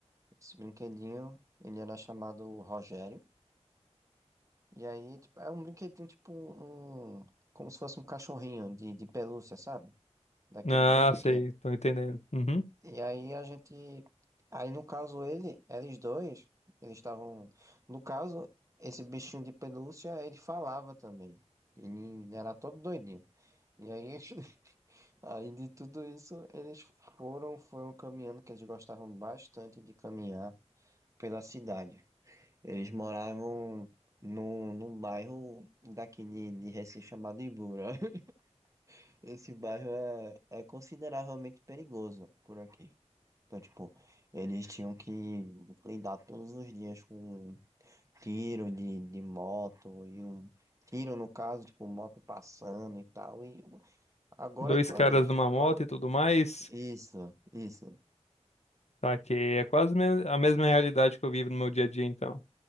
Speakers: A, on the right (about 25°); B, on the left (about 70°).
A: Esse brinquedinho, ele era chamado Rogério. E aí, tipo, era um brinquedinho, tipo, um, como se fosse um cachorrinho de, de pelúcia, sabe? Daqueles
B: Ah,
A: bem pequenos.
B: sei, tô entendendo. Uhum.
A: E aí a gente, aí no caso ele, eles dois, eles estavam, no caso, esse bichinho de pelúcia, ele falava também. Ele era todo doidinho. E aí <laughs> Aí de tudo isso, eles foram, foram caminhando, que eles gostavam bastante de caminhar pela cidade. Eles moravam num, num bairro daqui de, de Recife chamado Ibura. <laughs> Esse bairro é, é consideravelmente perigoso por aqui. Então, tipo, eles tinham que lidar todos os dias com um tiro de, de moto e um tiro, no caso, tipo, moto passando e tal. E agora
B: Dois
A: é tua
B: caras
A: vez.
B: numa moto
A: Pau.
B: e tudo mais.
A: Isso, isso.
B: Tá, que é quase me- a mesma realidade que eu vivo no meu dia a dia, então.